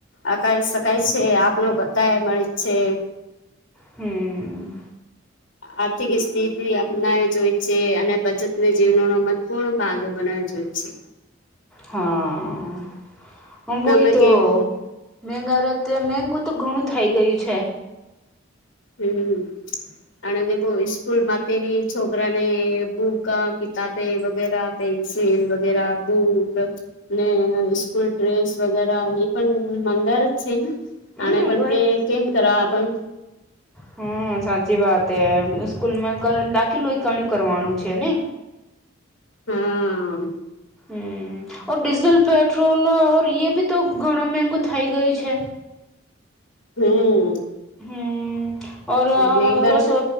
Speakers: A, on the left; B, in the centre.
A: અકા શકાય છે આપણ બધા મળી છે.
B: હમ્મ.
A: આર્થિક સ્થિતિ અપનાવી જો હોય છે અને બચતને જીવનોનો મત્વપૂર્ણ ભાગ <unintelligible> જોઈ છે.
B: હા હ
A: તમે
B: વોહિતો
A: કેમ
B: <unintelligible> અત્યારે મેગું તો ઘણું થઇ ગયું છે.
A: હમ્મ <unintelligible> ઈસ્કૂલમાં તેરી છોકરાને બુક કિતાબે વગેરા પેન્સિલ વગેરા બુટ ને સ્કૂલ ડ્રેસ વગેરે એ પણ મગાર જ છે ને.
B: હમ
A: અને પણ કે કેમ કર <unintelligible>
B: હમ્મ સાચી વાત હે સ્કૂલમાં દાખલય કણું કરવાનું છે ને.
A: હા.
B: હમ્મ ઓર ડીઝલ પેટ્રોલર એ બી તો ઘણા મેગુ થઈ ગયું છે.
A: હમ્મ.
B: હમ્મ ઓર
A: મેંઘા
B: રસો